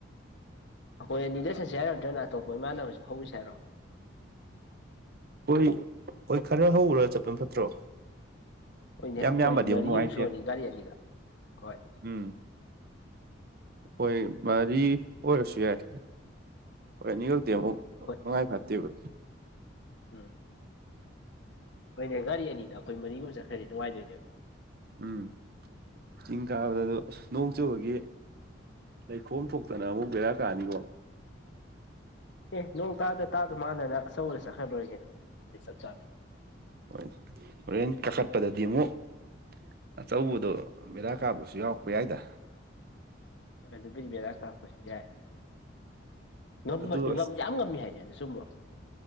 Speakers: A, on the left; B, on the right.
A: ꯑꯩꯈꯣꯏ ꯑꯅꯤꯗꯁ ꯆꯠꯁ‌ꯦ ꯍꯥꯏꯔ ꯅꯠꯇ꯭ꯔꯒꯅ ꯑꯇꯣꯞꯄ ꯏꯃꯥꯟꯅꯕꯁꯨ ꯍꯧꯒꯤꯁ‌ꯦ ꯍꯥꯏꯔꯣ
B: ꯑꯈꫭꯏ ꯑꯈꫭꯏ ꯈꯔ ꯍꯧꯔꯥ ꯆꯠꯄꯅ ꯐꯠꯇ꯭ꯔꯣ
A: ꯑꯣꯏꯅꯦ ꯑꯩꯈꯣꯏ
B: ꯌꯥꯝ ꯌꯥꯝꯕꯗꯤ
A: ꯃꯔꯤꯃ
B: ꯑꯃꯨꯛ ꯅꯨꯡꯉꯥꯏꯇꯦ
A: ꯁꯨꯔꯅꯤ ꯒꯥꯔꯤ ꯑꯅꯤꯗ ꯍꯣꯏ
B: ꯎꯝ ꯍꯣꯏ ꯃꯥꯔꯤ ꯑꯣꯏꯔꯁꯨ ꯌꯥꯏ ꯑꯈꫭꯏ ꯑꯅꯤ ꯈꯛꯇꯤ ꯑꯃꯨꯛ
A: ꯍꯣꯏ
B: ꯅꯨꯡꯉꯥꯏ ꯐꯠꯇꯦꯕ꯫
A: ꯎꯝ ꯍꯣꯏꯅꯦ ꯒꯥꯔꯤ ꯑꯅꯤꯗ ꯑꯩꯈꯣꯏ ꯃꯔꯤꯒꯨꯝ ꯆꯠꯈ꯭ꯔꯗꯤ ꯅꯨꯡꯉꯥꯏꯗꯣꯏꯅꯦꯕ
B: ꯎꯝ ꯆꯤꯡ ꯀꯥꯕꯗꯨ ꯑꯁ ꯅꯣꯡ ꯆꯨꯕꯒꯤ ꯂꯩꯈꯣꯝ ꯊꯣꯛꯇꯅ ꯑꯃꯨꯛ ꯕꯦꯔꯥ ꯀꯥꯅꯤꯀꯣ꯫
A: ꯑꯦ ꯅꯣꯡ ꯇꯥꯗ ꯇꯥꯗꯨ ꯃꯥꯟꯅꯅ ꯑꯆꯧꯕꯗ ꯆꯠꯈ꯭ꯔ ꯂꯣꯏꯔꯦ ꯀꯩꯅꫭ ꯆꯞ ꯆꯥꯩ <unintelligible>
B: ꯍꯣꯏ ꯍꯣꯔꯦꯟ ꯀꯥꯈꯠꯄꯗꯗꯤ ꯑꯃꯨꯛ ꯑꯆꯧꯕꯗꯣ ꯕꯦꯔꯥ ꯀꯥꯕꯨꯁꯨ ꯌꯥꯎꯔꯛꯄ ꯌꯥꯏꯗ
A: ꯍꯣꯏ ꯑꯗꯨꯕꯨꯗꯤ ꯕꯤꯔꯥ ꯀꯔꯛꯄꯁꯨ ꯌꯥꯏ ꯉꯝꯃꯥ
B: ꯑꯗꯨ ꯑꯁ
A: ꯌꯥꯝ ꯉꯝꯃꯤ ꯍꯥꯏꯅꯦ ꯑꯗꯨ ꯆꯨꯝꯕ꯭ꯔꯣ